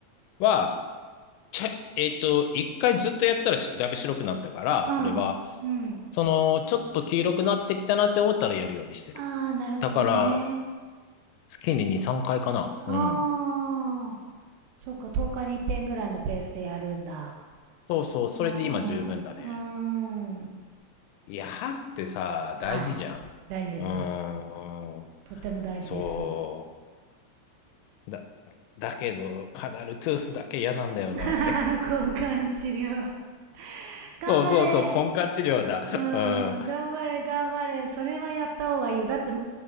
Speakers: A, on the left; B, on the right.
A: は、ちゃ、えっと、1回ずっとやったらだいぶ白くなったから、
B: うんうん
A: それは、その、ちょっと黄色くなってきたなって思ったらやるようにしてる。
B: ああなるほどね
A: だから、月に2、3回かいかな。
B: ああ
A: うん。
B: そっか10日に一遍ぐらいのペースでやるんだ
A: そうそう、それで今十分だね。
B: うんうんうん
A: いや、歯ってさ、
B: はい大事です
A: 大事じゃん。うーん、
B: とっても大事です
A: そう。だ、だけど、カナルトゥースだけ嫌なんだよな、
B: <laughs>
A: あれ。
B: 交換治療。頑張れ
A: そうそうそう、根管治療だ。
B: うん、
A: <laughs>
B: 頑張れ、頑張れ。それはやった方がいいよ。だって、